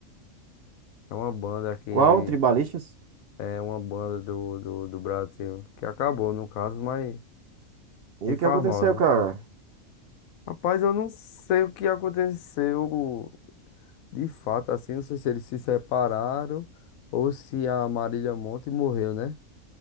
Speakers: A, on the left; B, on the right.
A: É uma banda que.
B: Qual? Tribalistas?
A: É uma banda do, do, do Brasil. Que acabou, no caso, mas
B: E
A: bem
B: o que
A: famosa.
B: aconteceu, cara?
A: Rapaz, eu não sei o que aconteceu de fato, assim. Não sei se eles se separaram ou se a Marília Monte morreu, né?